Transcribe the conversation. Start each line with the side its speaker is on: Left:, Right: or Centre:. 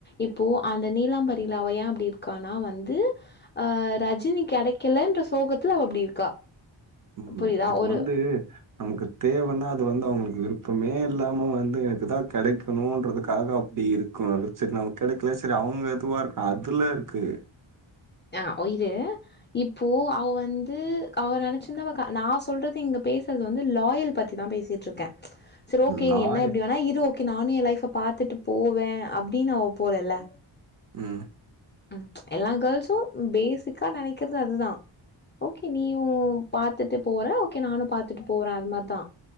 Left: இப்போ அந்த நீலாம்பரில அவ ஏ அப்டி இருக்கானா வந்து அ ரஜினி கெடைக் கலன்ற சோகத்துல அவ அப்டி இருக்கா
Right: ம்
Left: புரியுதா
Right: இப்போ
Left: ஒரு
Right: வந்து நமக்கு தேவன்னா அது வந்து அவங்களுக்கு விருப்பமே இல்லாம வந்து எனக்கு தா கெடக்கணுன்றதுக்காக அப்டி இருக் குடாது செரி நமக் கெடைக்கல செரி அவங்க எதுவா இருக்கா அதுல இருக்கு
Left: அ ஒ இது இப்போ அவ வந்து அவ நெனச்சிருந்தா அவ க நா சொல்றது இங்க பேசற்து வந்து லாயல் பத்தி தா பேசிட்ருக்கே சரி ஓகே
Right: லாய
Left: நீ என்ன எப்டி வேணா இரு ஓகே நானு எ லைஃப பாத்துட்டு போவே அப்டின்னு அவ போலல்ல
Right: ம்
Left: ம் எல்லா கேர்ள்ஸு பேசிக்கா நெனைக்குறது அதுதா ஓகே நீயு பாத்துட்டு போற ஓகே நானு பாத்துட்டு போறே அது மாரிதா